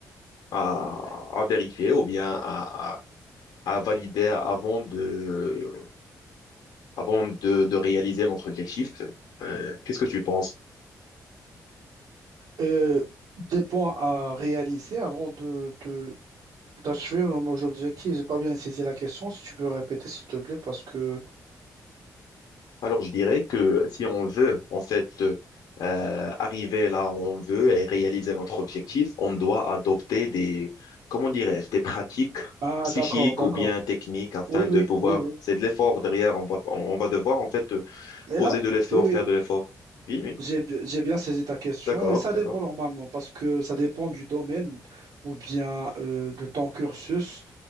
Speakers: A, on the left (about 85°); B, on the right (about 70°).
A: à, à, à vérifier ou bien à, à, à valider avant de, avant de, de réaliser notre objectif? Euh, qu'est-ce que tu penses?
B: Euh, des points à réaliser avant de, de, d'achever nos nos objectifs. J'ai pas bien saisi la question. Si tu peux répéter, s'il te plaît, parce que...
A: Alors, je dirais que si on veut, en fait, euh, arriver là où on veut et réaliser notre objectif, on doit adopter des, comment dirais-je, des pratiques
B: Ah,
A: psychiques
B: d'accord, d'accord.
A: ou bien techniques afin
B: Oui,
A: de
B: oui,
A: pouvoir,
B: oui, oui.
A: c'est de l'effort derrière, on va, on va devoir, en fait, euh,
B: Mais
A: poser
B: là,
A: de l'effort,
B: oui, oui,
A: faire de l'effort. Oui, oui,
B: j'ai, bi- j'ai bien saisi ta question.
A: d'accord,
B: Et ça
A: d'accord.
B: dépend normalement, parce que ça dépend du domaine ou bien euh, de ton cursus.